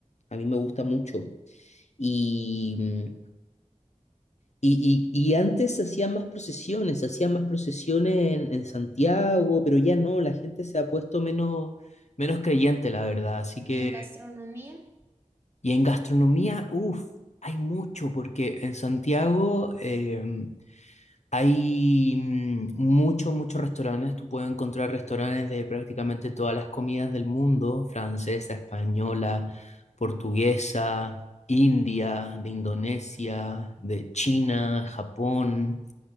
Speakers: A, on the left (about 60°); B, on the right (about 20°).
A: A mí me gusta mucho. Y, mm, y, y- y antes se hacían más procesiones, se hacían más procesiones en, en Santiago, pero ya no, la gente se ha puesto menos, menos creyente, la verdad. Así que,
B: Y en gastronomía,
A: y en gastronomía, uff, hay mucho, porque en Santiago... em, Hay mm, muchos, muchos restaurantes. Tú puedes encontrar restaurantes de prácticamente todas las comidas del mundo, francesa, española, portuguesa, india, de Indonesia, de China, Japón.